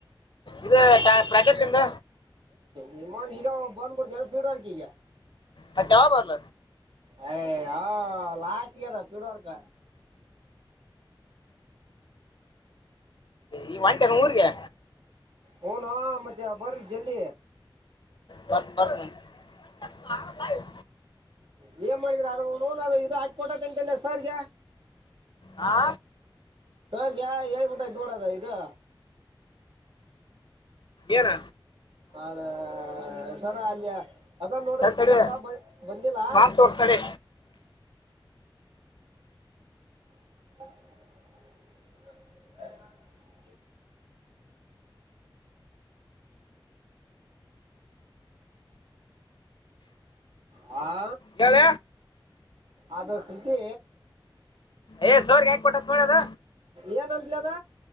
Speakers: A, on the left (about 60°); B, on the right (about 75°).
A: ಇದು ಪ್ರಾಜೆಕ್ಟ್ ಇಂದ
B: ನಿಮ್ಮ ಈಗ <unintelligible> ಬಿೂಡ್ಗ
A: ಹ ಕವ ಬರ್ಲ
B: ಯ ಹ ಲಾಸ್ ಇದ ಪೀಡುುವಾರ್ಕ
A: ಈ ಒಂಟೆನ ಊರ್ಗೆ
B: ಹನ್ ಮತ್ತ್ಯಾ ಬರ್ರಿ ಜಲ್
A: ಬರ್ ಬರ್ ಮತ್ತ ಪಾವಲ್
B: ನೀಯಮ್ ಮಾಡಿದ್ರ ಆದ್ರ ಇದು ಕೊಟ ತಿಂತಲ್ಲ ಸರ್ಗ
A: ಹಾ
B: ಸರ್ಗೆ ಹೇಳ್ಬಿಟ್ಟೈ ನೋಡದ ಇದು
A: ಏನ
B: ಹದ ಸರ ಅಲ್ಯ ಅದ ನೋಡ್ರಿ
A: ತಡಿ
B: ಸಿಗಂತ
A: ತಡಿ
B: ಬ ಬಂದಿಲ್ಲಾ
A: ಮಾಸ್ ತೋರಿಸ್ತಾಳೆ
B: <inaudible> ಹ ಹ ಆ
A: ಇವಾಗ
B: ಅದು ಶರುತಿ
A: ಏ ಸೋರ್ಗೆ ಯಾಕೆ ಕೊಟ್ಟತ್ ನೋಡದ
B: ಏನ ಇಲ್ಲದಾ